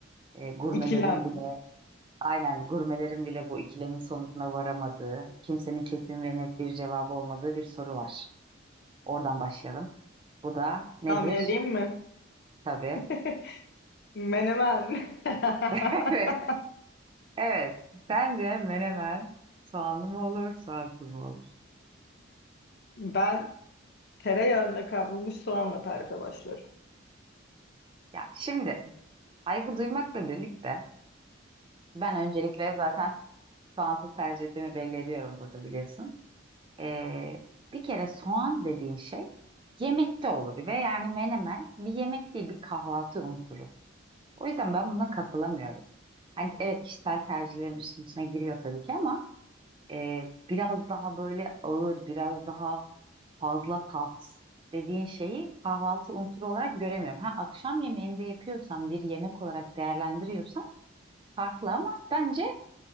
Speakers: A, on the right; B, on the left.
A: E, gurmelerin
B: <laughs> İkilem.
A: bile aynen gurmelerin bile bu ikilemin sonucuna varamadığı, kimsenin kesin ve net bir cevabı olmadığı bir soru var. Oradan başlayalım. Bu da nedir?
B: Tahmin edeyim mi?
A: Tabii.
B: <laughs> Menemen.
A: <laughs>
B: <laughs>
A: Evet. Evet. Sence menemen soğanlı mı olur, soğansız mı olur?
B: Ben tereyağında kavrulmuş soğanla tarife başlarım.
A: Ya şimdi saygı duymakla birlikte ben öncelikle zaten soğansız tercih ettiğimi belli ediyorum burada biliyorsun. Ee, bir kere soğan dediğin şey yemekte olur ve yani menemen bir yemek değil bir kahvaltı unsuru. O yüzden ben buna katılamıyorum. Hani evet kişisel tercihlerim işin içine giriyor tabii ki ama e, biraz daha böyle ağır, biraz daha fazla tat dediğin şeyi kahvaltı unsuru olarak göremiyorum. Ha akşam yemeğinde yapıyorsan bir yemek olarak değerlendiriyorsan farklı ama bence